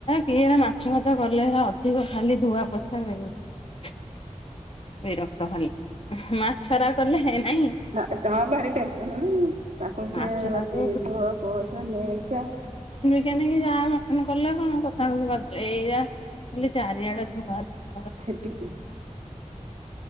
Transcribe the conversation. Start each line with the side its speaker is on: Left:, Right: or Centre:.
Left: କିଏହେରା ମାଛ ଫାଛ କଲେ ହେରା ଅଧିକ ଖାଲି ଧୁଆ ପୋଛା <unintelligible> ଏ ରକ୍ତ ଖାଲି ମାଛରା କଲେ ନାଇଁ।
Right: ନାଁ ତମର ଭାରି ଟେନସନ ନାଇ ତାଙ୍କୁ କିଏ
Left: ମାଛ ଟାକୁ
Right: ରଷେଇ ଧୋ ପୋଛୋ <unintelligible>
Left: କେମିତୀ ଯାହା ହେଉ ମଟନ କଲେ କଣ ସଖାଳ ଏଇଟା ଖାଲି ଚାରିଆଡେ ଧୁଆ ଧୁଇ ।
Right: ସେତିକି